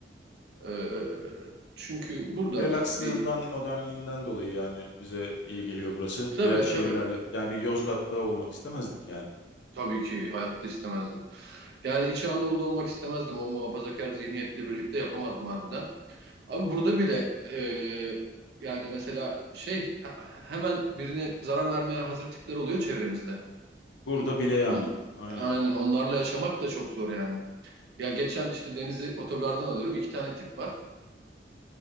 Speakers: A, on the right; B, on the left.
A: Ee, çünkü burada
B: Relakslığından,
A: bir...
B: modernliğinden dolayı yani bize iyi
A: e,
B: geliyor burası.
A: tabii
B: Diğer şehirlerle
A: tabii.
B: yani bir Yozgat'ta olmak istemezdik yani.
A: Tabii ki hayatta istemezdim. Yani İç Anadolu'da olmak istemezdim. O muhafazakar zihniyetle birlikte yapamazdım harbiden. Abi burada bile eee, yani mesela şey he- hemen birine zarar vermeye hazır tipler oluyor çevremizde.
B: Burada bile yani.
A: On,
B: Aynen.
A: aynen onlarla yaşamak da çok zor yani. Ya geçen işte Deniz'i otogardan alıyorum. iki tane tip var.